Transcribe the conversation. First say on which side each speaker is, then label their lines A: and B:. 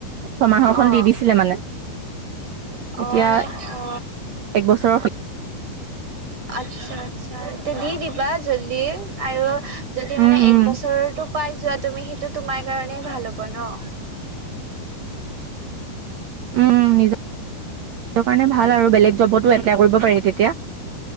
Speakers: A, on the right; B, on the right.
A: ছমাহৰখন
B: অ
A: দি দিছিলে মানে
B: অ
A: এতিয়া
B: অ
A: এক বছৰৰ
B: আচ্ছা আচ্ছা এতিয়া দি দিবা জল্দি আৰু যদি
A: উম
B: মানে
A: উম
B: এক বছৰটো পাই যোৱা তুমি সেইটো তোমাৰ কাৰণেই ভাল হ'ব ন
A: উম নিজৰ কাৰণে ভাল আৰু বেলেগ জবতো এপ্লাই কৰিব পাৰি তেতিয়া